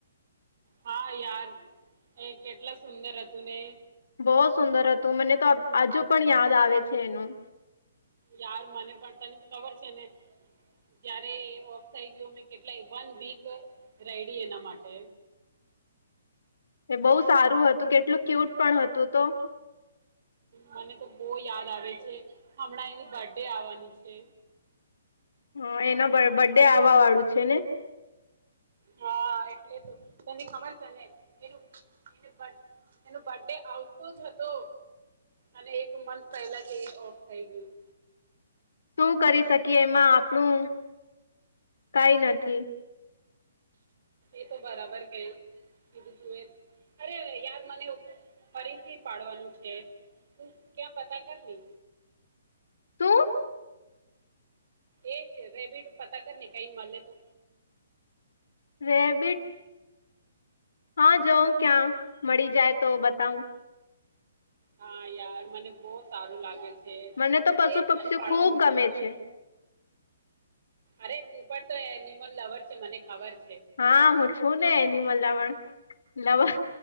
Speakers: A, on the right; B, on the left.
A: હા યાર એ કેટલા સુંદર હતું ને
B: બહ સુંદર હતું મને તો હજુ પણ યાદ આવે છે એનું
A: યાર મને પણ તને તો ખબર છે ને જયારે એ ઓફ થઈ ગયો કેટલાય વન વીક રેડી એના માટે
B: એ બહુ સારું હતું કેટલું ક્યુટ પણ હતું તો
A: મને તો બોય યાદ આવે છે હમણાં એની બર્થડે બડે આવવાની છે
B: હમ એનો બર્ડે આવવા વાળું છે ને
A: હા એટલે તું તને ખબર તને એનું એ એનો બર્ ડે આવતો જ હતો અને એક મંથ પહેલા જે ઓફ થઈ ગયું
B: શું કરી શકીએ એમાં આપણું કાઈ નથી
A: એ તો બરાબર કે કીધું તું એ અરે યાર મને ફરીથી પાડવાનું છે તું ક્યાં પતા કરને
B: શું
A: એજ રેબીટ પતા કર ને કઈ મલે તો
B: રેબિટ હા જોઉં ક્યાં મળી જાય તો બતાવું
A: હા યાર મને બહુ સારું લાગે છે
B: મને તો પશુ
A: એજ
B: પક્ષીઓ
A: મને પાડવાનું
B: ખૂબ ગમે
A: મન થાય
B: છે
A: અરે તું પણ તો એનિમલ લવર છે મને ખબર છે.
B: હા હું છું ને. નવા